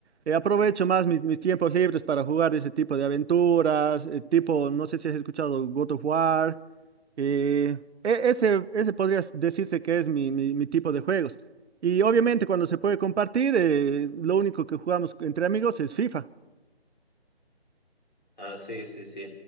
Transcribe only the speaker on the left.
Ah, sí, sí, sí.